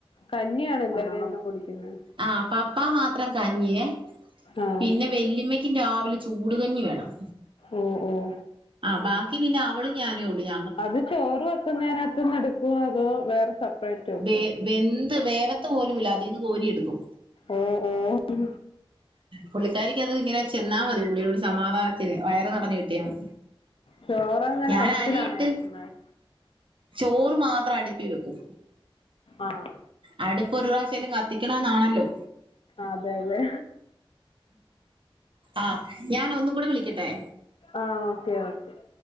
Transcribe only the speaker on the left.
കഞ്ഞിയാണ് എല്ലാരും കുടിക്കുന്നേ
ആഹ്
ഉം ഉം
അത് ചോറ് വെക്കുന്നതിനകത്ത് നിന്ന് എടുക്കുവോ അതോ വേറെ സെപ്പറേറ്റ് വെക്കോ
ഓഹ് ഓഹ്
ചോറ് എങ്ങനെ
അടുപ്പിലാണോ
വെക്കുന്നത്
ആഹ്
അതെ അതെ
ആഹ് ഓക്കെ ഓക്കേ